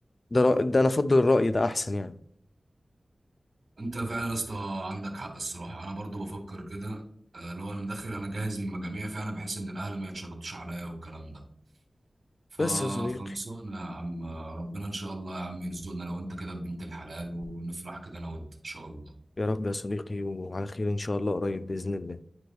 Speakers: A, on the left; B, on the right.
A: ده رأ... ده انا افضل الراي ده احسن يعني
B: انت فعلا يا اسطى عندك حق الصراحه انا برضه بفكر كده آه، لو انا داخل انا جاهز من المجاميع فعلا بحس ان الاهل ما يتشرطوش عليا والكلام ده فخلصونا
A: بس يا صديقي
B: يا عم آه، ربنا ان شاء الله يا عم يرزقنا لو انت كده بنت الحلال ونفرح كده انا وانت ان شاء الله
A: يا رب يا صديقي وعلى خير ان شاء الله قريب باذن الله